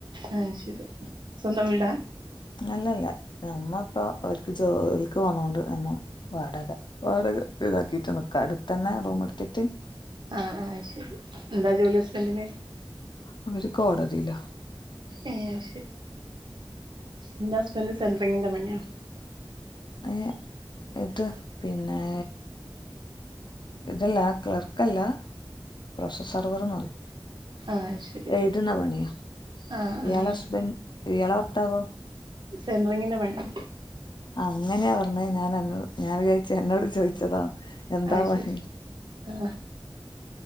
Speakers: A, on the right; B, on the left.
A: ആ ശരി സ്വന്തം വീടാ
B: അല്ലല്ല നമ്മ ഇപ്പോ അവക്ക് ജോലിക്ക് പോന്നോണ്ട് നിന്ന വാടക വാടക ഇതാക്കിട്ട് നക്ക അവിടെ തന്നെ റൂം എടുത്തിട്ട്
A: ആ ആ ശരി എന്താ ജോലി ഹസ്ബൻഡിന്
B: അവര് കോടതിയില
A: എ ശ എന്റെ ഹസ്ബൻന്റ് സെട്രങ്ൻ്റെ പണിയാ
B: <unintelligible> ഇത് പിന്നേ ഇതല്ല ക്ലർക്കല്ല പ്രൊസസർവർ പറയും
A: ആഹ് ശരി
B: എഴുതുന്ന പണിയോ
A: ആഹ്
B: ഇയാളെ
A: ആഹ്
B: ഹസ്ബൻറ് ഇയാളെ ഭർത്താവോ
A: സെൻഡറിങ്ങിന്റെ പണിയ
B: അങ്ങനെയാ പറഞ്ഞ ഞാൻ വിചാരിച്ചു എന്നോട് ചോദിച്ചതാ എന്താ
A: ഐശരി
B: പണി
A: ആ